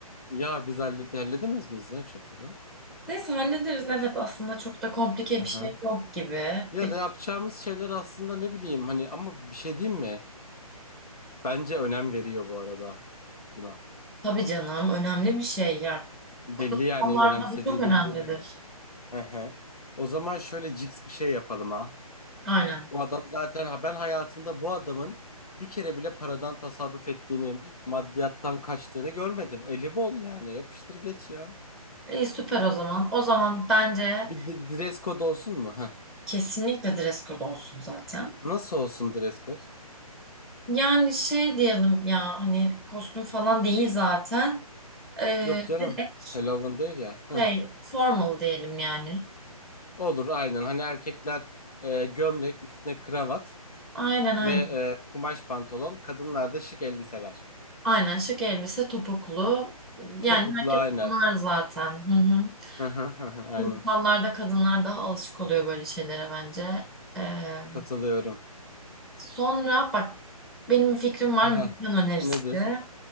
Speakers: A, on the left; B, in the centre.
A: Ya biz hallede halledemez miyiz ya 3 haftada?
B: Neyse hallederiz. Evet aslında çok da komplike
A: Aha.
B: bir şey yok gibi.
A: Ya
B: Bir,
A: da yapacağımız şeyler aslında ne bileyim hani ama bir şey diyeyim mi? Bence önem veriyor bu arada buna.
B: tabii canım önemli bir şey ya.
A: Belli
B: Kurumsallarda
A: yani önemsediği
B: bu çok önemlidir.
A: belli yani. Hı hı. O zaman şöyle cix bir şey yapalım ha.
B: Aynen.
A: Bu adam zaten ha ben hayatımda bu adamın bir kere bile paradan tasarruf ettiğini, maddiyattan kaçtığını görmedim. Eli bol yani yapıştır geç ya.
B: İyi süper o zaman. O zaman bence
A: Bir de, dress code olsun mu? Heh.
B: Kesinlikle dress code olsun zaten.
A: Nasıl olsun dress code?
B: Yani şey diyelim ya hani kostüm falan değil zaten. Ee,
A: Yok canım.
B: direkt
A: Halloween değil ya. Heh.
B: şey formal diyelim yani.
A: Olur aynen. Hani erkekler e, gömlek üstüne kravat
B: Aynen aynen.
A: ve e, kumaş pantolon. Kadınlar da şık elbiseler.
B: Aynen şık elbise topuklu. Yani
A: Topuklu
B: herkes
A: aynen.
B: bunlar zaten. Hı hı.
A: Hı hı hı hı, Aynen.
B: Kurumsallarda kadınlar daha alışık oluyor böyle şeylere bence. Ee,
A: Katılıyorum.
B: sonra bak benim bir fikrim var
A: Heh.
B: mekan önerisi.
A: Nedir?